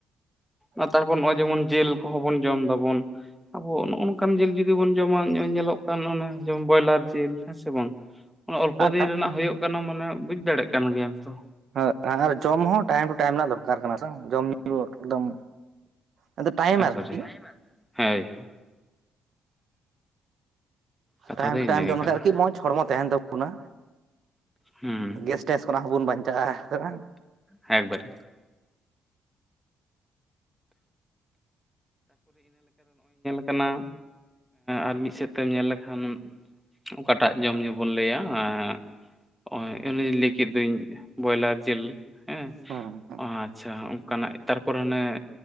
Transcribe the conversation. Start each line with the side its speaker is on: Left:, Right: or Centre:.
Centre: ᱟᱨ ᱛᱟᱨᱯᱚᱨ ᱱᱚᱜᱼᱚᱭ ᱡᱮᱢᱚᱱ ᱡᱤᱞ ᱠᱚᱦᱚᱸ ᱵᱚᱱ ᱡᱚᱢ ᱫᱟᱵᱚᱱ᱾ ᱟᱵᱚ ᱱᱚᱜᱼᱚ ᱱᱚᱝᱠᱟᱱ ᱡᱤᱞ ᱡᱩᱫᱤ ᱵᱚᱱ ᱡᱚᱢᱟ ᱱᱚᱜ-ᱚᱭ ᱧᱮᱞᱚᱜ ᱠᱟᱱ ᱚᱱᱮ ᱡᱮᱢᱚᱱ ᱵᱚᱭᱞᱟᱨ ᱡᱤᱞ ᱦᱮᱸ ᱥᱮ ᱵᱟᱝ? ᱚᱱᱮ ᱚᱞᱯᱚ
Right: ᱟᱨ
Centre: ᱫᱤᱱ ᱨᱮᱱᱟᱜ ᱦᱳᱭᱳᱜ ᱠᱟᱱᱟ ᱢᱟᱱᱮ ᱵᱩᱡ ᱫᱟᱲᱮᱭᱟᱜ ᱠᱟᱱ ᱜᱮᱭᱟᱢ ᱛᱚ᱾
Right: <unintelligible> ᱟᱨ ᱡᱚᱢ ᱦᱚᱸ ᱴᱟᱭᱤᱢ ᱴᱩ ᱴᱟᱭᱤᱢ ᱨᱮᱱᱟᱜ ᱫᱚᱨᱠᱟᱨ ᱠᱟᱱᱟ ᱥᱮᱟᱝ ᱡᱚᱢ ᱧᱩ ᱮᱠᱫᱚᱢ ᱟᱫᱚ ᱴᱟᱭᱤᱢ
Centre: ᱮᱠᱵᱟᱨᱮ
Right: ᱟᱨᱠᱤ
Centre: ᱦᱮᱸ ᱠᱟᱛᱷᱟ
Right: ᱴᱟᱭᱤᱢ
Centre: ᱫᱚ
Right: ᱴᱩ
Centre: ᱤᱱᱟᱹᱜᱮ
Right: ᱴᱟᱭᱤᱢ ᱡᱚᱢ ᱞᱮᱠᱷᱟᱡ
Centre: ᱠᱟᱱᱟ
Right: ᱟᱨᱠᱤ ᱢᱚᱸᱡᱽ ᱦᱚᱲᱢᱚ ᱛᱟᱦᱮᱱ ᱛᱟᱵᱚᱱᱟ᱾
Centre: ᱦᱩᱸ
Right: ᱜᱮᱥ ᱴᱮᱥ ᱠᱷᱚᱱᱟᱜ ᱦᱚᱸᱵᱚᱱ ᱵᱟᱧᱪᱟᱜᱼᱟ, ᱦᱮᱸ ᱥᱮ ᱵᱟᱝ?
Centre: ᱦᱮᱸ ᱮᱠᱵᱟᱨᱮ᱾ ᱦᱮᱸ ᱢᱟ ᱟᱨ ᱢᱤᱫ ᱥᱮᱫ ᱛᱮᱢ ᱧᱮᱞ ᱞᱮᱠᱷᱟᱱ ᱚᱠᱟᱴᱟᱜ ᱡᱚᱢ ᱧᱩ ᱵᱚᱱ ᱞᱟᱹᱭᱟ ᱮᱸᱜ ᱦᱚᱜ-ᱭ ᱟᱹᱞᱤᱧ ᱞᱟᱹᱭ ᱠᱮᱫ ᱫᱚᱧ ᱵᱚᱭᱞᱟᱨ ᱡᱤᱞ ᱮᱸ
Right: ᱦᱚᱸ ᱦᱚᱸᱦᱚ
Centre: ᱟᱪᱪᱷᱟ ᱦᱚᱸᱜᱼᱚᱝᱠᱟᱱᱟᱜ ᱛᱟᱨᱯᱚᱨᱮ ᱚᱱᱮ